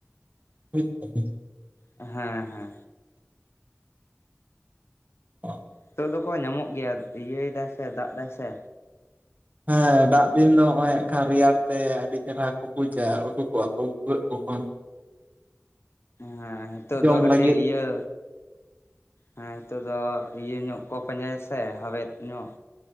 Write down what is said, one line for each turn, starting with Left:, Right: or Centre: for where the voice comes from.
Right: ᱵᱩᱡᱽ ᱫᱟᱵᱤᱱ
Left: ᱦᱮᱸ ᱦᱮᱸ ᱾
Right: <unintelligible>
Left: ᱱᱤᱛᱚᱜ ᱫᱚᱠᱚ ᱧᱟᱢᱚᱜ ᱜᱮᱭᱟ, ᱤᱭᱟᱹᱭ ᱫᱟᱭ ᱥᱮ ᱫᱟᱜ ᱫᱟᱭ ᱥᱮ
Right: ᱦᱮᱸ ᱫᱟᱜ ᱫᱤᱱ ᱫᱚ ᱱᱚᱜᱼᱚᱭ ᱦᱟᱸᱜ ᱠᱷᱟᱱ ᱨᱮᱭᱟᱲ ᱛᱮ ᱟᱹᱰᱤ ᱪᱮᱨᱦᱟ ᱠᱚ ᱵᱩᱡᱟ ᱩᱰᱩᱠᱚᱜᱼᱟ ᱠᱚ ᱵᱷᱩᱜᱟᱹᱜ ᱠᱚ ᱠᱷᱚᱱ
Left: ᱦᱮᱸ ᱱᱤᱛᱚᱜ
Right: ᱡᱚᱢ
Left: ᱫᱚ ᱠᱟᱹᱴᱤᱡ
Right: ᱞᱟᱹᱜᱤᱫ
Left: ᱤᱭᱟᱹ ᱦᱮᱸ ᱱᱤᱛᱚᱜ ᱫᱚ ᱤᱭᱟᱹ ᱧᱚᱜ ᱠᱚ ᱯᱟᱸᱡᱟᱭᱟ ᱥᱮ ᱦᱟᱣᱮᱫ ᱧᱚᱜ